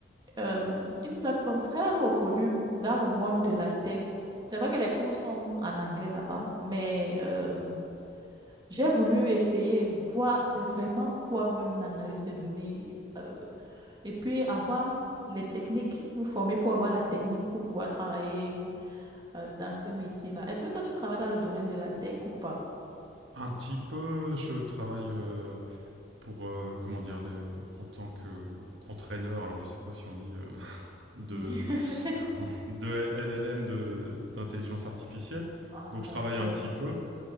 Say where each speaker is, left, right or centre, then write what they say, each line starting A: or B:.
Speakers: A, on the right; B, on the right.
A: euh, une plateforme très reconnue dans le monde de la tech. C'est vrai que les cours sont en anglais là-bas, mais euh, j'ai voulu essayer, voir c'est vraiment quoi même l'analyse des données, euh, et puis avoir les techniques, me former pour avoir la technique pour pouvoir travailler euh, dans ce métier-là. Est-ce que toi, tu travailles dans le domaine de la tech ou pas?
B: Un petit peu. Je travaille euh, pour euh, comment dire les- en tant que entraîneur. Alors, je sais pas si on dit euh, <laughs> de
A: <laughs>
B: <laughs> de LLM de- d'intelligence artificielle.
A: Ah,
B: Donc
A: d'accord.
B: je travaille un petit peu.